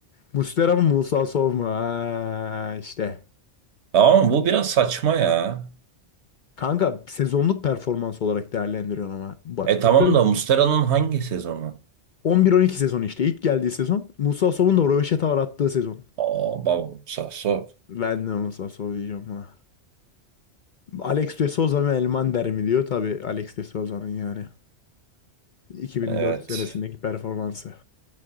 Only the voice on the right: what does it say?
Ama bu biraz saçma ya.
E tamam
da Mustera'nın hangi sezonu?
Aa baba Sasso.
Evet.